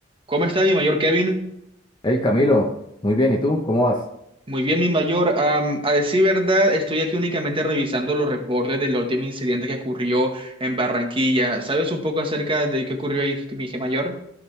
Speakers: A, on the right; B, on the left.
A: ¿Cómo está mi mayor Kevin?
B: Hey Camilo, muy bien, ¿y tú? ¿Cómo vas?
A: Muy bien, mi mayor. Am, a decir verdad, estoy aquí únicamente revisando los reportes del último incidente que ocurrió en Barranquilla. ¿Sabes un poco acerca de qué ocurrió ahí, mi mayor?